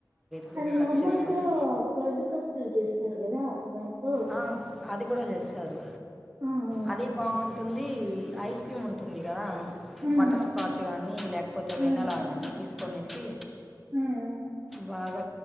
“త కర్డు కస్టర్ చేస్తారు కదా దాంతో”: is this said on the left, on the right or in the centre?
Right